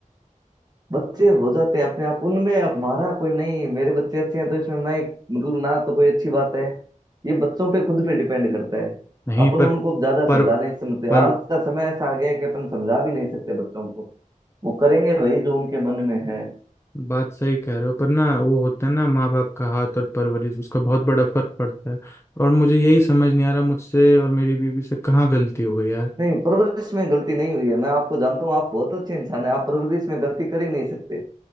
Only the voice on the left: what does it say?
नहीं
पर
पर
पर
बात सही कह रहे हो पर ना वो होता है ना माँ बाप का हाथ और परवरिश उसका बहुत बड़ा फर्क पड़ता है और मुझे यही समझ नहीं आ रहा मुझसे और मेरी बीवी से कहाँ गलती हो गई यार